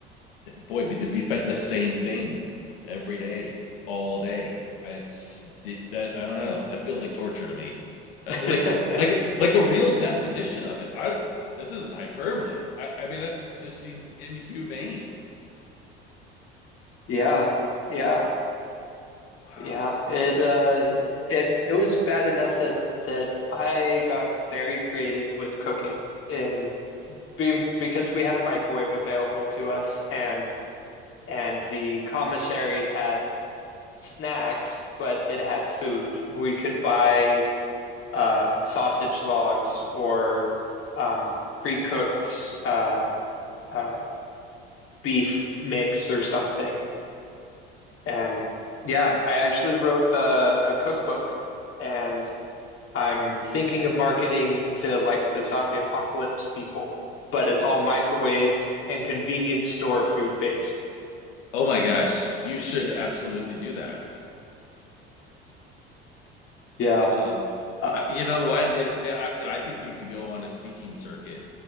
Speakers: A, on the left; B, on the left.
A: boy, to be fed the same thing every day, all day. It's that I don't know. That feels like torture to me. Uh,
B: <laughs>
A: like like like a real definition of it. I this isn't hyperbole. I, I mean, that's just seems inhumane.
B: Yeah. Yeah.
A: Wow.
B: Yeah. It uh it it was bad enough that that I got very creative with cooking in be, because we had a microwave available to us and and the commissary had snacks, but it had food. We could buy uh, sausage logs or um, pre-cooked uh, uh, beef mix or something. And yeah, I actually wrote a, a cookbook, and I'm thinking of marketing to like the zombie apocalypse people, but it's all microwaved and convenience store food based. <laughs>
A: Oh my gosh, you should absolutely do that.
B: Yeah.
A: Um,
B: Uh,
A: I, you know what? It, it, I, I think you could go on a speaking circuit